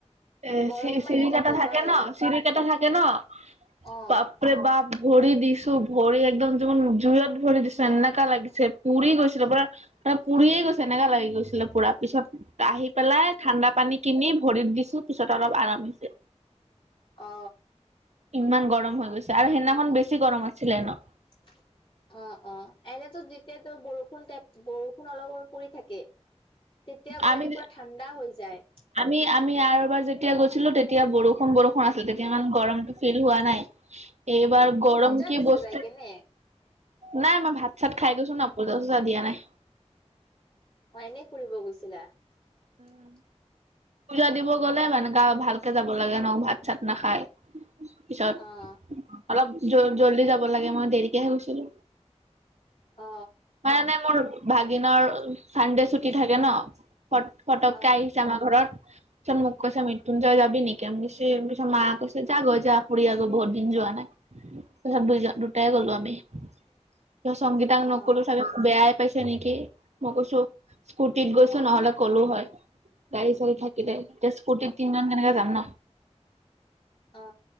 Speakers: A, on the right (about 75°); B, on the left (about 50°).
A: এ
B: গৰম
A: চিৰি
B: মানে
A: চিৰিকেইটা
B: কি কবা
A: থাকে ন
B: আৰু
A: চিৰিকেইটা থাকে ন
B: অ',
A: বা ৰে বাপ! ভৰি দিছো ভৰি একদম যোন জুইত ভৰি দিছো এনেকা লাগিছে পুৰি গৈছিলে পুৰা এ পুৰিয়ে গৈছে এনেকা লাগি গৈছিলে পুৰা পিছত আহি পেলাই ঠাণ্ডা পানী কিনি ভৰিত দিছো পিছত অলপ আৰাম হৈছে।
B: অ।
A: ইমান গৰম হৈ গৈছে আৰু সেইদিনাখন বেছি গৰম আছিলে ন?
B: <inaudible> অ অ এনেটো যেতিয়া ত বৰষুণ টাইপ বৰষুণ অলপ অলপ পৰি থাকে। তেতিয়া গ'লে
A: আমি
B: যে পুৰা ঠাণ্ডা হৈ যায়।
A: আমি - আমি আৰু এবাৰ যেতিয়া গৈছিলো তেতিয়া বৰষুণ - বৰষুণ আছিল তেতিয়া ইমান গৰমটো ফিল হোৱা নাই। এইবাৰ
B: অ তুমি
A: গৰম
B: পূজা
A: কি
B: দিছা
A: বস্তু
B: যাই কিনে?
A: নাই মই ভাত - চাত খাই গৈছো ন, পূজা - চূজা দিয়া নাই।
B: অ এনে ফুৰিব গৈছিলা? <inaudible>
A: উম পূজা দিব গ'লে মানে গা ভালকে যাব লাগে ন ভাত চাত নাখায়। পিছত
B: অ',
A: অলপ জ জল্দি যাব লাগে মই দেৰিকেহে গৈছিলো।
B: অ।
A: মানে মোৰ ভাগিনৰ চানডে ছুটি থাকে ন, ফট ফটককে
B: অ',
A: আহি যে আমাৰ ঘৰত চোন মোক কৈছে মৃত্যুঞ্জয় যাবি নেকি? নিশ্চয় মা কৈছে যা লৈ যায় ফুৰি আগৈ বহুত দিন যোৱা নাই? তাৰপিছত দুই দুটাই গলো আমি। কিয় সংগীতাক
B: অ',
A: নকলো চাগে বেয়াই পাইছে নেকি? মই কৈছো স্কুটিত গৈছো নহলে কলো হয়, গাড়ী - চাড়ী থাকিলে এতিয়া স্কুটিত তিনজন কেনেকে যাম ন?
B: আ